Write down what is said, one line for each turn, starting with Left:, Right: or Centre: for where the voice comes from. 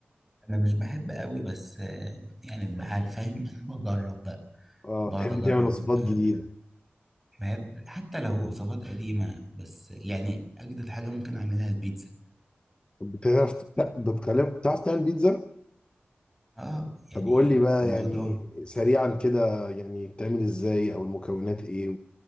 Centre: انا مش بحب قوي بس آه، يعني بحال فاهم انا بجرب بقى
Left: اه
Centre: بقعد
Left: تحب
Centre: اجرب
Left: تعمل وصفات
Centre: آه،
Left: جديده
Centre: بحب حتى لو وصفات قديمة بس يعني اجدد حاجة ممكن اعملها البيتزا
Left: طب بتعرف لا بتكلم بتعرف تعمل بيتزا
Centre: اه يعني
Left: طب قول لي بقى
Centre: الموضوع
Left: يعني سريعا كده يعني بتعمل ازاي او المكونات ايه